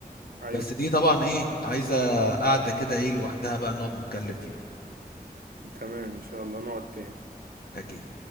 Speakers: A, on the right; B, on the left.
A: ايوه
B: بس دي طبعا ايه عايزه قاعده كده ايه لوحدها بقى نقعد نتكلم فيها
A: تمام ان شاء الله نقعد تاني
B: اكيد